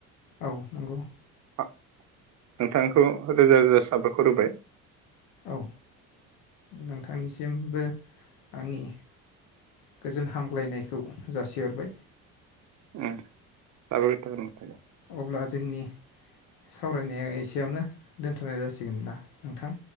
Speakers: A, on the left (about 80°); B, on the right (about 40°).
A: औ नंगौ।
B: अ नोंथांखौ रोजा रोजा साबायखर होबाय
A: औ नोंथांनिसिमबो आंनि गोजोन हामग्लायनायखौ जासिहरबाय।
B: ओम साबायखर नोंथांखौ।
A: अब्ला जोंनि सावरायनाया एसेयावनो दोनथ'नाय जासिगोन ना नोंथां?